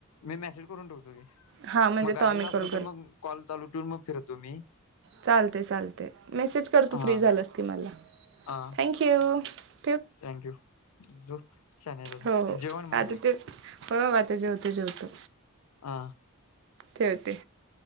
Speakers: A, on the left (about 85°); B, on the right (about 55°).
A: मी मेसेज करून ठेवतो की,
B: हां म्हणजे
A: मग
B: तेव्हा
A: गाडीवर
B: मी
A: असलो
B: कॉल
A: तर मग कॉल चालू ठेवून मग फिरतो मी.
B: चालतयं चालतयं मेसेज कर तु
A: हा
B: फ्री झालास, की मला
A: हा
B: थँंक्यु!
A: थँक्यू! झोप शानी हायसं आता,
B: हो हो
A: जेव आणि मग
B: आता
A: झोप.
B: ते होय, बाबा आता जेवतो जेवतो.
A: आ
B: ठेवते.